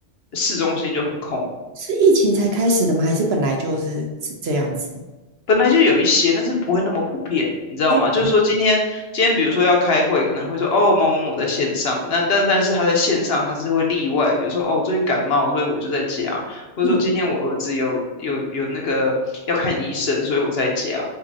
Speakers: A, on the left; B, on the right.
A: 市中心就很空，
B: 是疫情才开始的吗？还是本来就是这这样子？
A: 本来就有一些，但是不会那么普遍，你知道吗？
B: 哦
A: 就是说今天今天比如说要开会，可能会说哦某某某在线上，那但但是他在线上他是会例外，比如说哦我最近感冒，所以我就在家，或者说今天我儿子有有有那个要看医生，
B: 哦
A: 所以我在家。